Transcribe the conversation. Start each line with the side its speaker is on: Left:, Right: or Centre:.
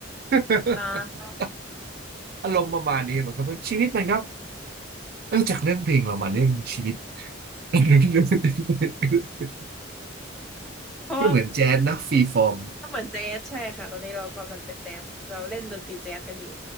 Right: <laughs>
Centre: อ่า
Right: อารมณ์ประมาณนี้มันก็เป็นชีวิตมันครับเออจากเรื่องเพลงเรามาเรื่องชีวิต <laughs>
Centre: เพราะว่า
Right: ก็เหมือนแจ๊สนะฟรีฟอร์ม
Centre: ก็เหมือนแจ๊สใช่ค่ะตอนนี้เรากำลังเป็นแจ๊สเราเล่นดนตรีแจ๊สกันอยู่